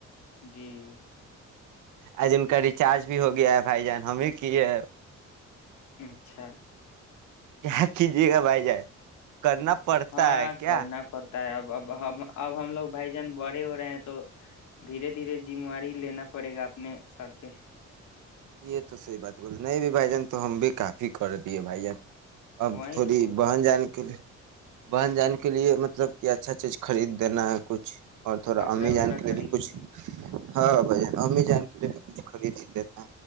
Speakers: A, on the left (about 75°); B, on the right (about 80°).
A: جی <unintelligible>
B: آج ان کا ریچارج بھی ہو گیا ہے بھائی جان ہم ہی کیے
A: اچھا <unintelligible>
B: کیا کھی جگہ بائی جائے کرنا پڑتا
A: ہاں
B: ہے کیا
A: کرنا پڑتا اب اب ہم اب ہم لوگ بائی جان بڑ ہو رہے ہیں تو دھیرے دھیرے ذمہواری لینا پڑے گا اپنے سر پے <unintelligible>
B: یہ تو صحی بات بول نہیں ب بھائی جان تو ہم بھی کافی کر دیے بھائی جان اب
A: وہیں
B: تھوڑی
A: تو بول رہے
B: بہن
A: ہیں
B: جانے کے لیے بن جانے کے لئے مطلب کہ اچھا چیز خرید دینا ہے کچھ اور تھوڑا
A: کپڑا
B: امی
A: وپڑا
B: جان کے لیے
A: خرید
B: بھی کچھ
A: د
B: ہاں بھ ہمیں جان کے لیے بھی کچھ خریدیتےینا